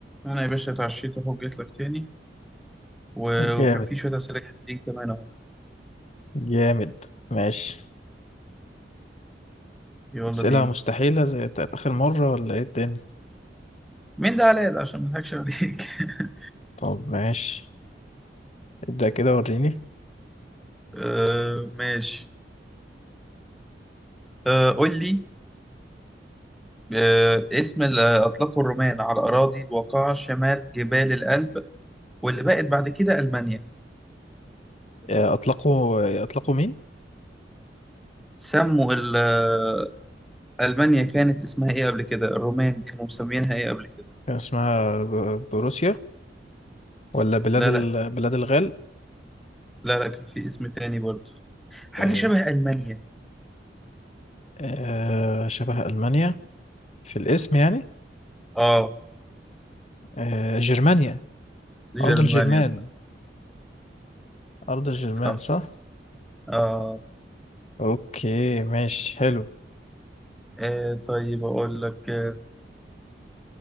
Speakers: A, in the centre; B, on the left (about 40°).
A: انا يا باشا اتعشيت اهو جيت لك تاني و-
B: جامد
A: وكان في شويه اسئله جايين كمان اهو
B: جامد ماشي
A: يلا
B: أسئلة
A: بينا
B: مستحيلة زي بتاعت آخر مرة ولا إيه الدنيا
A: مين ده علاء ده عشان ما اضحكش عليك <laughs>
B: طب ماشي ابدأ كده وريني
A: آه ماشي آه قول لي آه اسم اللي اطلقه الرومان على الاراضي الواقعه شمال جبال الألب واللي بقت بعد كده المانيا
B: آه، أطلقوا آه، أطلقوا مين
A: سموا ال- آه، المانيا كانت اسمها ايه قبل كده الرومان كانوا مسمينها ايه قبل كده
B: كان اسمها ب- بروسيا ولا بلاد
A: لا
B: ال...
A: لا
B: بلاد الغال
A: لا لا كان في اسم تاني برضه حاجه
B: آه،
A: شبه المانيا
B: آه، شبه ألمانيا في الاسم يعني
A: اه
B: آه، جرمانيا
A: جرمانيا
B: أرض الجرمان
A: صح
B: أرض الجرمان
A: صح.
B: صح
A: اه
B: أوكي ماشي حلو
A: آه طيب أقول لك آه